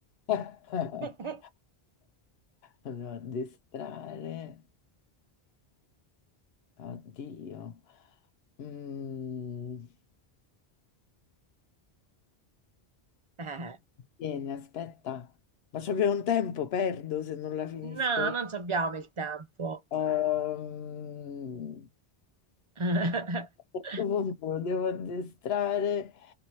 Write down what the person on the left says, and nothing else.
<laughs>
Lo devo addestrare. Oddio. Mm.
Vieni, aspetta, ma c'abbiamo un tempo, perdo se non la finisco.
eh.
Ehm,
a questo punto lo devo addestrare.